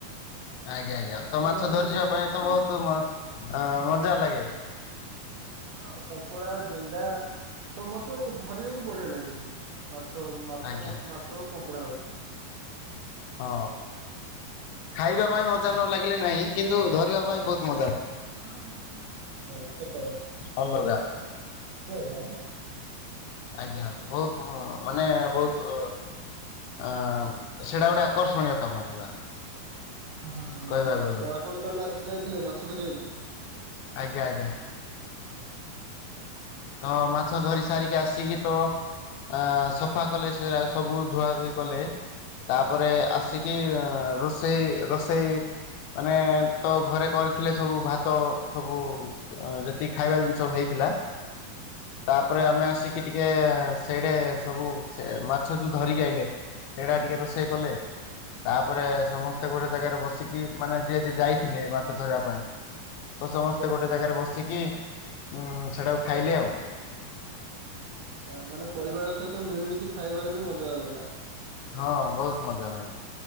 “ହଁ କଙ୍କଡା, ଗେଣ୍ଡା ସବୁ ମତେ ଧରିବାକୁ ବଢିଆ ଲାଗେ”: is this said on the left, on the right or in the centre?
Right